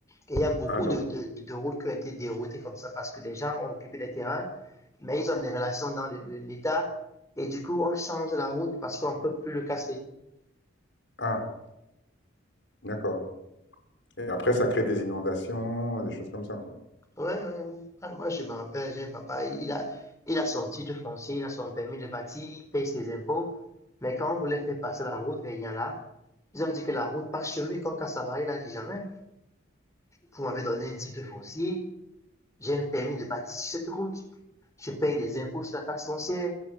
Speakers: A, on the left; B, on the left.
A: Et il y a beaucoup
B: Ah, donc,
A: de, de- de routes qui ont été déroutées comme ça parce que des gens ont occupé des terrains, mais ils ont des relations dans l'État. Et du coup, on change la route parce qu'on ne peut plus le casser.
B: ah, d'accord. Et après, ça crée des inondations, des choses comme ça, quoi.
A: Ouais, ouais, ouais. Ah, Moi, je me rappelle, j'ai un papa, il a, il a son titre foncier, il a son permis de bâtir, il paye ses impôts. Mais quand on voulait faire passer la route vers Niala, ils ont dit que la route passe chez lui. Quand Kassabari, il a dit jamais. Vous m'avez donné un titre foncier, j'ai un permis de bâtir sur cette route. Je paye des impôts sur la taxe foncière